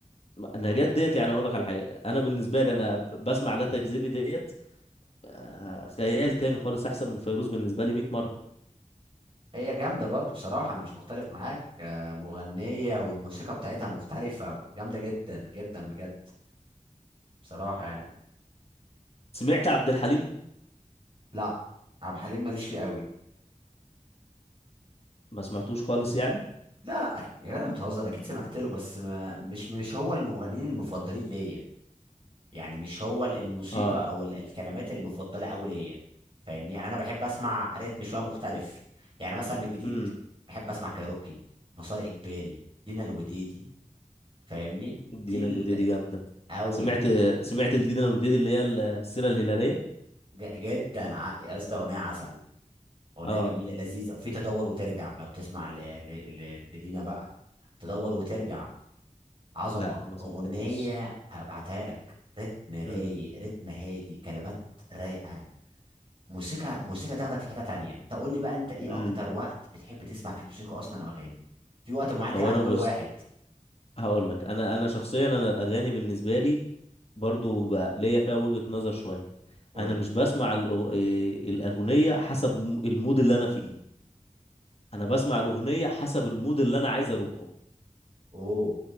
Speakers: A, on the left; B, on the right.
A: ما- نجاة ديت يعني هقول لك على حاجة انا بالنسبة لي انا بسمع لا تكذبي ديت آه، خيال تاني خالص احسن من فيروز بالنسبه لي 100 مره
B: هي جامده برضه بصراحه انا مش مختلف معاك آه، مغنيه والموسيقى بتاعتها مختلفه وجامده جدا جدا بجد بصراحه يعني
A: سمعت عبد الحليم
B: لا عبد الحليم ماليش فيه قوي
A: ما سمعتوش خالص يعني
B: لا لا يا جدع بتهزر اكيد سمعت له بس ما مش مش هو المغنيين المفضلين ليا يعني مش هو ال- الموسيقى
A: اه
B: او ال- الكلمات المفضله قوي ليا فاهمني يعني انا بحب اسمع رتم شويه مختلف يعني مثلا من الجديد
A: امم
B: بحب اسمع كايروكي مسار اجباري دينا الوديدي فاهمني
A: دينا
B: دي ال-
A: الوديدي جامده
B: قوي
A: سمعت سمعت الدينا الوديدي اللي هي السيره الهلاليه
B: ج- جدا ع- يا اسطى اغنيه عسل اغنيه
A: اه
B: جميله لذيذه وفي تدور وترجع لو تسمع ل... ل... ل... لدينا بقى تدور وترجع عظمه
A: لا ما سمعتهاش
B: اغنيه هبعتها لك رتم رايق
A: امم
B: رتم هادي كلمات رايقه موسيقى موسيقى تاخدك في حتة تانية تقول لي بقى انت ايه
A: امم
B: اكتر وقت بتحب تسمع فيه موسيقى اصلا او اغاني في وقت معين كده
A: هو
B: عند
A: انا
B: كل
A: بص
B: واحد
A: هقول لك انا انا شخصيا انا الاغاني بالنسبه لي برضو بقى ليا فيها وجهه نظر شويه
B: قول
A: انا
B: لي
A: مش بسمع الأغ- إيه، الاغنيه حسب م- المود اللي انا فيه انا بسمع الاغنيه حسب المود اللي انا عايز اروحه
B: اوه